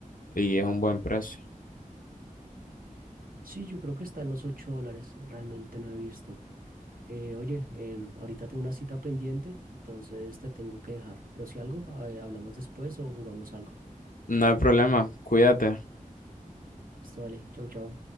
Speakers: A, on the left; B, on the right.
A: y es un buen precio.
B: Sí, yo creo que está en los 8 dólares. Realmente no he visto. Eh, oye, em, ahorita tengo una cita pendiente, entonces te tengo que dejar. Pero si algo, eh, hablamos después o jugamos algo.
A: No hay problema, cuídate.
B: Listo, vale. Chau, chau.